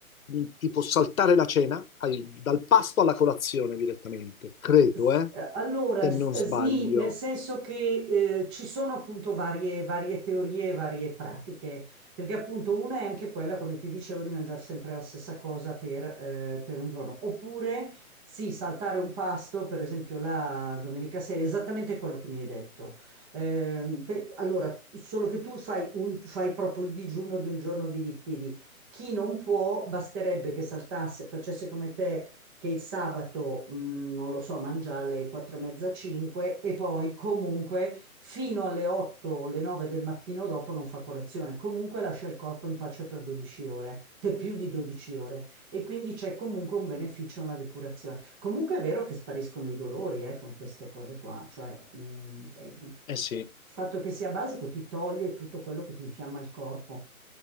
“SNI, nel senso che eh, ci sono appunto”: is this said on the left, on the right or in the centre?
Right